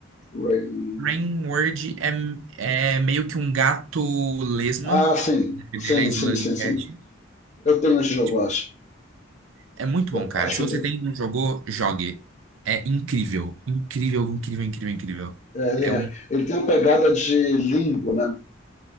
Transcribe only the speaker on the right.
Rain World é, é meio que um gato lesma.
O nome
dele é Slug
Cat
É,
É muito
bom, cara.
Se
você
tem não jogou, jogue. É incrível. Incrível, incrível, incrível, incrível.
É
um.